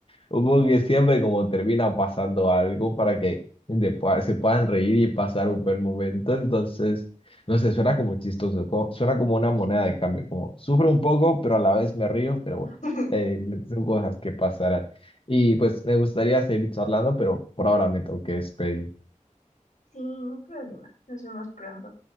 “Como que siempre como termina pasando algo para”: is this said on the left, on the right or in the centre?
Left